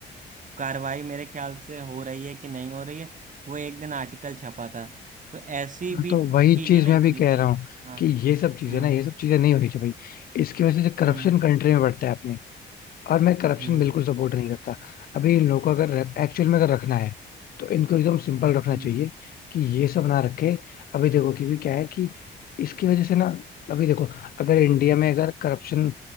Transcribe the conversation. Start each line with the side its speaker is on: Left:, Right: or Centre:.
Right: कार्रवाई मेरे ख्याल से हो रही है कि नहीं हो रही है वो एक दिन आर्टिकल छपा था तो ऐसी
Left: हाँ,
Right: भी
Left: तो वही
Right: चीजें
Left: चीज
Right: नहीं
Left: मैं भी
Right: होनी
Left: कह
Right: चाहिए
Left: रहा हूँ
Right: हाँ
Left: कि ये सब चीजें
Right: हम्म
Left: ना ये सब चीजें नहीं होनी चाहिए भाई इसकी वजह से करप्शन
Right: हम्म
Left: कंट्री में बढ़ता है अपने और मैं करप्शन
Right: हम्म
Left: बिल्कुल सपोर्ट नहीं करता अभी इन लोगों को अगर एक्चुअल में अगर रखना है तो इनको एकदम सिंपल रखना
Right: हम्म
Left: चाहिए कि ये सब ना रखे अभी देखो क्योंकि क्या है कि इसकी वजह से ना अभी देखो अगर इंडिया में अगर करप्शन